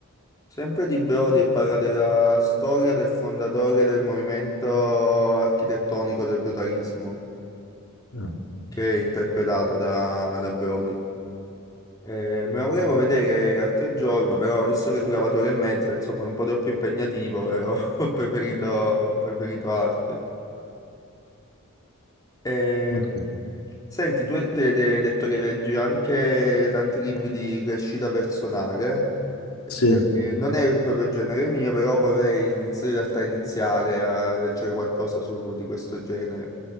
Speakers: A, on the left; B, on the left.
A: Sempre di Brodi e parla della storia del fondatore del movimento architettonico del brutalismo,
B: Ah,
A: che è interpretato da, da Brodi. Eh, me lo volevo vedere l'altro giorno, però visto che durava tre ore e mezza, insomma, è un po' troppo impegnativo e ho, <laughs> ho preferito, ho preferito altro. Eh,
B: ok.
A: senti, tu hai tu hai detto che leggi anche tanti libri di crescita personale.
B: Sì.
A: Eh, non è proprio il genere mio, però vorrei inizi- in realtà iniziare a leggere qualcosa su- di questo genere.